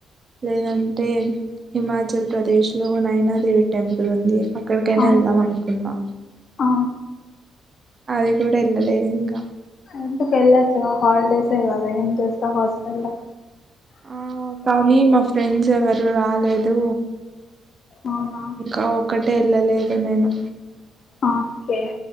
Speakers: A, on the right; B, on the left.
A: లేదంటే హిమాచల్ ప్రదేశ్ లో నయనాదేవి టెంపుల్ ఉంది ఎక్కడికైనా
B: ఆ
A: వెళ్దాం అనుకున్నా
B: ఆ
A: అది కూడా ఏళ్ళలేదు ఇంకా
B: ఎందుకు వెళ్ళచ్చు హాలిడేసే కదా ఏం చేస్తావు హాస్టల్లో
A: ఆ కానీ మా ఫ్రెండ్స్ ఎవరు రాలేదు
B: అవునా
A: ఇంకా ఒకటే ఏళ్ళలేదు నేను
B: ఓకే